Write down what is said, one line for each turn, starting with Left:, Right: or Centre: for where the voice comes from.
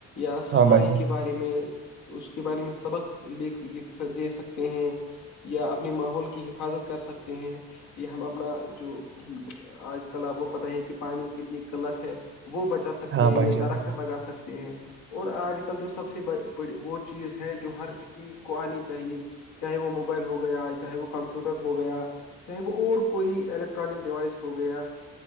Left: یا صفائی
Right: ہاں بھائی جان
Left: کے بارے میں اس کے بارے میں سبق لکھ دے سکتے ہیں یا اپنے ماحول کی حفاظت کر سکتے ہیں یہ ہم اپنا جو آج کل آپ کو پتا ہے کہ پانی کی کتنی قلت ہے وہ بچا سکتے
Right: ہاں
Left: ہیں
Right: بھائی
Left: یا
Right: جان
Left: درخت لگا سکتے ہیں اور آج کل جو سب سےی وہ چیز ہے جو ہر کسی کو آنی چاہیے چاہے وہ موبائل ہو گیا چاہے وہ کمپیوٹر ہو گیا چاہے وہ اور کوئی الیکٹرانک ڈیوائس ہو گیا